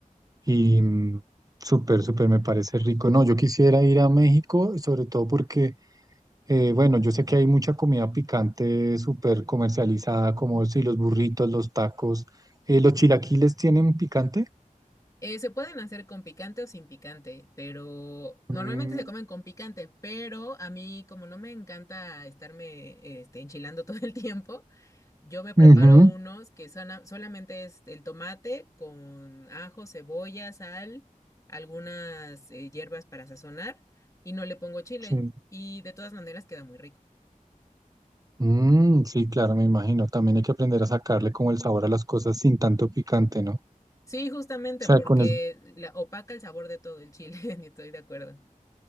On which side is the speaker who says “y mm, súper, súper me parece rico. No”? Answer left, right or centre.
Right